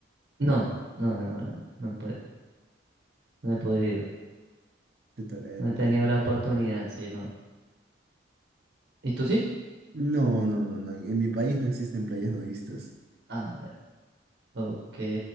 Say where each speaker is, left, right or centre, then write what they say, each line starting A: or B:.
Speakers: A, on the right; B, on the right.
A: No, no, no, no, no, puedo, no he podido,
B: Te toca, te
A: no
B: toca.
A: he tenido la oportunidad, sí, no. ¿Y tú sí?
B: No, no, no, no. En en mi país no existen playas nudistas.
A: Ah, ya. Ok.